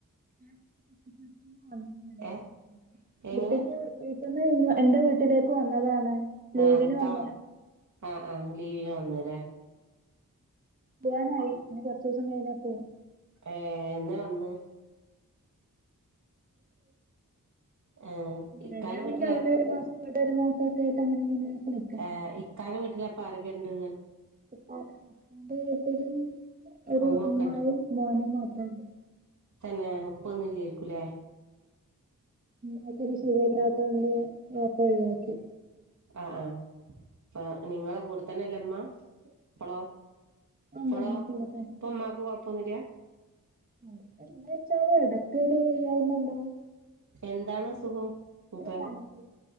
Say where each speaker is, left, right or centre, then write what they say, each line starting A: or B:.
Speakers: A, on the right; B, on the right.
A: ർക്ക വ പ്രത് <unintelligible>
B: ഏ എങ്ങനെ
A: ഇവിടുന്ന് ന്റെ വീട്ടിലേക്ക് വന്നതാണ് ലീവിന്
B: ആ നിക്ക
A: വന്നതാ
B: ആഹ ആഹ് ലീവിന് വന്നല്ലേ
A: പോവാനായി ഇനി കൊറച്ചുസം കഴിഞ്ഞപോവും
B: ഏ എന്ന വന്ന് ഏ ഇക്കാന്റെ
A: നേരെ ആണെങ്കിൽ
B: വീട്ടിലാരൊക്കെ
A: അവിടെ ഒരു മാസ ഒരു മാസൊക്കെ ആയിട്ട് അങ്ങനെ ഇങ്ങനെ നിൽക്കും
B: ഏ് ഇക്കാന്റെ വീട്ടിലപരൊക്കെ ഇണ്ട്
A: ഇപ്പന്റെ വീട്ടിലും ഒരു
B: ഉമ്മൊക്കെണ്ട്
A: ഉമായും മോനും മാത്രം മം
B: തന്നെ ഉപ്പൊന്നും ഇല്ലായിരിക്കുംല്ലേ
A: നിക്കൊരു സുഖം ഇല്ലാത്ത കൊണ്ട് ബാപ്പ ഒഴിവാക്കി
B: ആ ആ അ നിങ്ങളെ കൂടുതന്നെ അല്ലേമ്മ ഇപ്പളോ
A: ഉണ്ടുണ്ട്
B: ഇപ്പളോ
A: കൂടെ
B: ഇപ്പൊ ഉമ്മാക്ക് കൊഴപ്പൊന്നുല്ല്യ
A: കൊയപ്പ ചോയ്ച്ചാൽ എടക് ഒരു വയ്യായ്മണ്ടാവും
B: എന്താണ് അസുഖം ക്കെ
A: മാനസിക